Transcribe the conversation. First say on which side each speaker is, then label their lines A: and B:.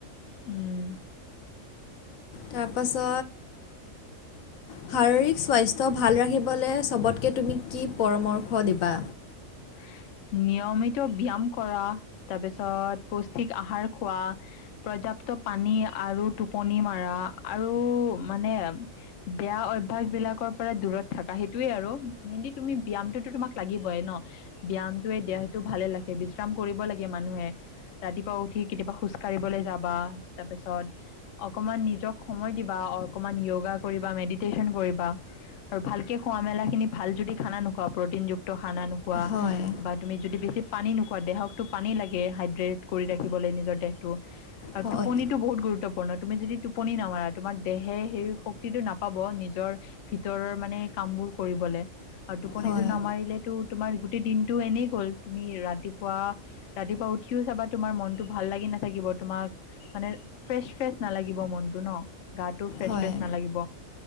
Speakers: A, on the left; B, on the left.
A: উম
B: তাৰপাছত শাৰীৰিক স্বাস্থ্য ভাল ৰাখিবলৈ চবতকৈ তুমি কি পৰামৰ্শ দিবা
A: <unintelligible> নিয়মিত ব্যয়াম কৰা তাৰপিছত পুষ্টিক আহাৰ খোৱা প্ৰজা পৰ্যাপ্ত পানী আৰু টোপনি মাৰা আৰু মানে বেয়া অভ্যাস বিলাকৰ পৰা দূৰত থাকা সেইটোয়ে আৰু মেইনলি তুমি ব্যায়ামটোতো তোমাক লাগিবই ন' ব্যায়ামটোৱে দেহটো ভালে ৰাখে বিশ্ৰাম কৰিব লাগে মানুহে ৰাতিপুৱা উঠি কেতিয়াবা খোজ কঢ়িবলৈ যাবা তাৰপিছত অকমান নিজক সময় দিবা অকমান য়গা কৰিবা মেডিটেশ্যন কৰিবা আৰু ভালকে খোৱা-মেলা খিনি ভাল যদি খানা নোখোৱা প্ৰটিনযুক্ত খানা নোখোৱা
B: হয়
A: বা তুমি যদি বেছি পানী নোখোৱা দেহকতো পানী লাগে হাইড্ৰেট কৰি ৰাখিবলৈ নিজৰ দেহটো আৰু
B: হয়
A: টোপনিটো বহুত গুৰুত্ব তুমি যদি টোপনি নামাৰা তোমাৰ দেহে সেই শক্তিটো নাপাব নিজৰ ভিতৰৰ মানে কাম বোৰ কৰিবলে আৰু টোপনিতো
B: হয়
A: নামাৰিলেটো তোমাৰ তে দিনটো এনেই গ'ল তুমি ৰাতিপুৱা- ৰাতিপুৱা উঠিও চাবা তোমাৰ মনটো ভাল লাগি নাথাকিব। তোমাক মানে ফ্ৰেচ- ফ্ৰেচ নালাগিব মনটো ন' গাটো ফ্ৰেচ-
B: হয়
A: ফ্ৰেচ নালাগিব।